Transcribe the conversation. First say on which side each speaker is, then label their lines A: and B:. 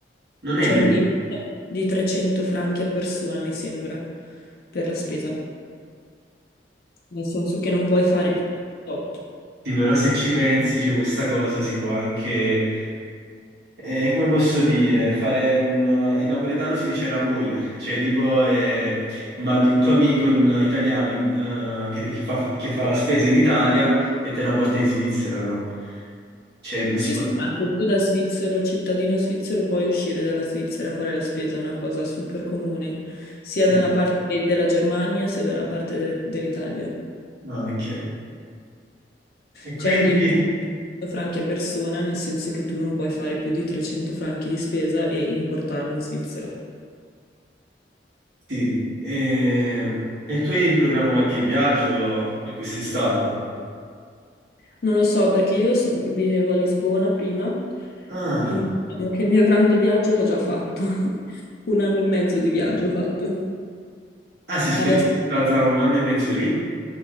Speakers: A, on the right; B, on the left.
A: Non è
B: c'è
A: le...
B: un limite di 300 franchi a persona, mi sembra, per la spesa, nel senso che non puoi fare più di 8.
A: Sì, però se ci pensi, c'è questa cosa si può anche, eh, come posso dire, fare un... In napoletano si dice ravoglio, cioè tipo eh, mandi un tuo amico in italiano in- eh, che, che fa, che fa la spesa in Italia e te la porta in Svizzera, no? Cioè non si
B: Sì,
A: può...
B: sì, ma anche tu da svizzero, cittadino svizzero, puoi uscire dalla Svizzera a fare la spesa, è una cosa super comune, sia
A: Sì,
B: dalla parte della Germania sia dalla parte de- dell'Italia.
A: ah, ok. E quindi...
B: C'è un limite di 100 franchi a persona, nel senso che tu non puoi fare più di 300 franchi di spesa e importarlo in Svizzera.
A: Sì, e, e tu hai in programma qualche viaggio per quest'estate?
B: Non lo so, perché io so- vivevo a Lisbona prima,
A: Ah,
B: quindi diciamo che il mio grande viaggio l'ho già fatto, <laughs> un anno e mezzo di viaggio ho fatto.
A: ah sì,
B: Adesso
A: perché sei stata un anno e mezzo lì?